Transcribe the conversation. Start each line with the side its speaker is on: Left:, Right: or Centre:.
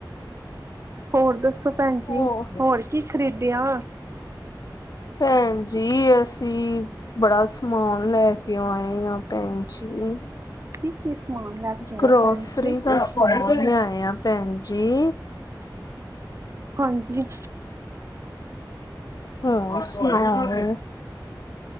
Right: ਹੋਰ ਦੱਸੋ ਭੈਣ ਜੀ
Left: ਹੋ
Right: ਹੋਰ ਕੀ ਖਰੀਦਿਆ?
Left: ਭੈਣ ਜੀ ਅਸੀਂ ਬੜਾ ਸਮਾਨ ਲੈ ਕੇ ਆਏ ਆ ਭੈਣ ਜੀ।
Right: ਕੀ ਕੀ ਸਮਾਨ ਲੈ ਕੇ
Left: ਗਰੋਸਰੀ
Right: ਆਇਓ ਭੈਣ ਜੀ
Left: ਦਾ ਲਿਆਏ ਆ ਭੈਣ ਜੀ।
Right: ਹਾਂਜੀ।
Left: ਹੋਰ ਸੁਣਾਓ।